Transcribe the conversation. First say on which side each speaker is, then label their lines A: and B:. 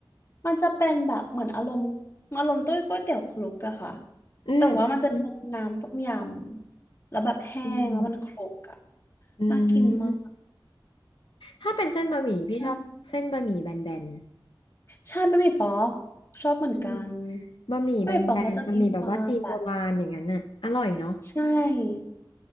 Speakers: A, on the left; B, on the left.
A: มันจะเป็นแบบเหมือนอารมณ์อารมณ์ต้วยก๋วยเตี๋ยวคลุกอะค่ะ
B: อืมอ
A: แต่ว่ามันจะเป็นน้ำต้มยำแล้วแบบแห้งแล้วมันคลุกอะ
B: ืมอื
A: น่ากินมาก
B: มถ้าเป็นเส้นบะหมี่พี่ชอบเส้นบะหมี่แบน
A: ใช่ใช่บะหมี่ป๊อกชอบเหมือนกัน
B: ๆอืมบะหมี่แบนๆบะหมี่แบบว่าจีนโบราณอย่างนั้นน่ะอร่อยเนาะ
A: บะหมี่ป๊อกมันจะมีความแบบใช่